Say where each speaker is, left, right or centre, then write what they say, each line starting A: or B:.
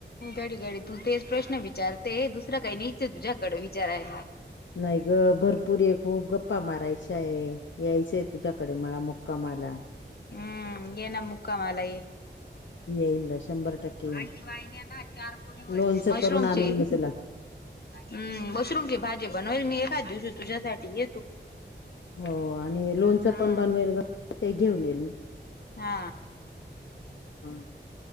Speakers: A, on the left; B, on the left.
A: घडी घडी तू तेच प्रश्न विचारतेये, दुसरं काही नहिचये तुझ्याकडे विचारायला.
B: नाही गं भरपूरये, खूप गप्पा मारायच्याये. यायचंय तुझ्याकडे मला मुक्कामाला.
A: हम्म येना मुक्कामाला ये.
B: येईल शंभर टक्के येईल
A: आजी बाईने ना चार गोळीवर
B: लोनचं
A: मशरूमचे
B: करून आणेल मी तुला
A: हम् मशरूमची भाजी बनवेल मी एखाद दिवशी तुझ्यासाठी ये तू.
B: हो आणि लोणचं
A: हम्म
B: पण बनवेल गं, ते घेऊन येईल.
A: हा
B: हम्